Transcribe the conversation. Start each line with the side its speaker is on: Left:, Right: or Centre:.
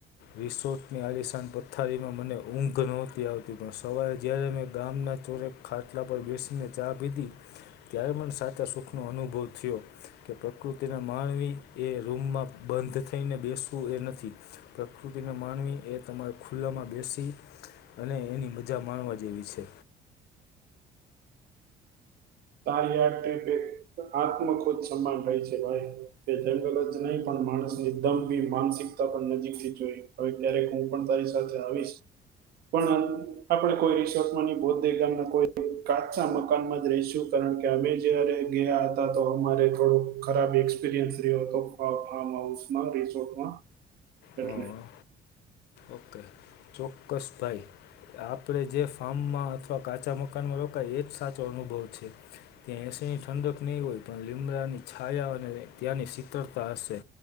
Left: રિસોટની આલિસાન પથ્થારીમાં મને ઊંઘ નોતી આવતી, પણ સવારે જ્યારે મેં ગામના ચોરે ખાટલા પર બેસીને ચા પીધી. ત્યાયે મને સાચા સુખનો અનુભવ થિયો કે પ્રકૃતિને માણવી એ રૂમમાં બંધ થઈને બેસવું એ ન થી, પ્રકૃતિને માણવી એ તમારે ખુલ્લામાં બેસી અને એની મજા માણવા જેવી છે.
Right: તારી <unintelligible> આત્મ ખોદ સન્માન રેય છે ભાઈ. તે જંગલ જ નહીં પણ માણસની ધમતી માનસિકતા પણ નજીક થી જોઈ. અવે ક્યારેક હું પણ તારી સાથે આવીસ. પણ આપણેે કોઈ રિસોટમાં ની બોદ્ધે ગામના કોઈ કાચા મકાનમાં જ રહીશું. કારણ કે અમે જયારે ગીયા તા, તો અમારે થોડુંક ખરાબ એક્સપિરિયન્સ રીયો તો. ફા ફાર્મ હાઉસમાં રિસોર્ટમાં એટલે
Left: હં ઓકે ચોક્કસ ભાઈ. આપણે જે ફાર્મમાં અથવા કાચા મકાનમાં રોકાય એ જ સાચો અનુભવ છે. ત્યાં એસીની ઠંડક નઈ હોય પણ લીમડાની છાયા અને ત્યાંની શીતળતા હશે.